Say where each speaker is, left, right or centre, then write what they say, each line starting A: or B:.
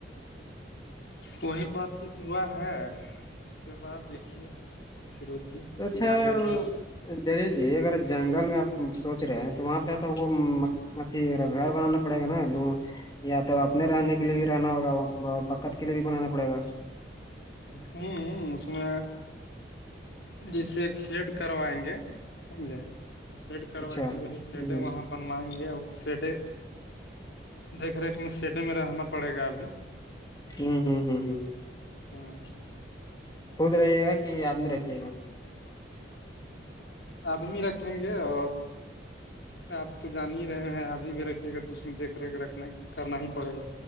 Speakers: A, on the left; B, on the left.
A: وہی بات چیت ہوا ہے اس کے بعد دیکھیے فیروج جی
B: توچھا
A: پھر آگے ادھر
B: <unintelligible> دلیل جی اگر جنگل میں آپ سوچ رہے ہیں تو وہاں پہ تو اٹرگھر بنانا پڑے گا نا تو یا تو اپنے رہنے کے لیے بھی رہنا ہوگا بقت کے لیے بھی بنانا پڑے گا
A: ہوں ہو اس میں جیسے ایک سیٹ کروائیں گے سمجھے تو سیڈ کروا
B: اچھا ہوں
A: کے وہی سیڈیں وہاں بنوائیں گے اور سیڈے دیکھ ریکھ میں سیڈے میں رہنا پڑے گا ابھی
B: ہوں ہوں ہوں ہوں
A: ہوں
B: خود رہیے گا کہ آدمی رکھیے گا
A: آدمی رکھیں گے اور آپ تو جان ہی رہے ہیں آدمی بھی رکھیے گا تو اس میں دیکھ ریکھ رکھنا کرنا ہی پڑے گا